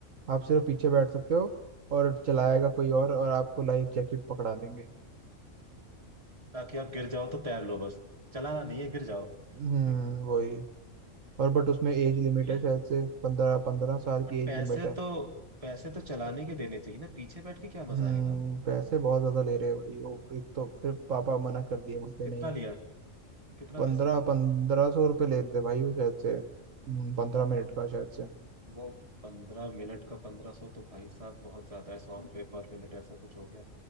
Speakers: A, on the right; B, on the right.
A: आप सिर्फ पीछे बैठ सकते हो और चलाएगा कोई और और आपको लाइफ जैकेट पकड़ा देंगे
B: ताकि आप गिर जाओ तो तैर लो बस चलाना नहीं है गिर जाओ
A: हम्म
B: <laughs> तो
A: वही और बट उसमें एज लिमिट
B: यार
A: है शायद से पंद्रह पंद्रह साल की
B: बट
A: एज
B: पैसे
A: लिमिट है
B: तो पैसे तो चलाने के देने चाहिए ना पीछे बैठ के क्या मजा
A: हम्म
B: आएगा हमको
A: पैसे बहुत ज्यादा ले रहे हैं भाई वो एक तो फिर पापा मना कर दिए बोलते
B: कितना
A: नहीं
B: लिया कितना
A: पंद्रह
B: पैसा मांगा
A: पंद्रह सौ रुपये ले रहे थे भाई वो शायद से हम्म, पंद्रह मिनट का शायद से
B: वो पंद्रह मिनट का पंद्रह सौ तो भाई साहब बहुत ज्यादा है सौ रुपये पर मिनट ऐसा कुछ हो गया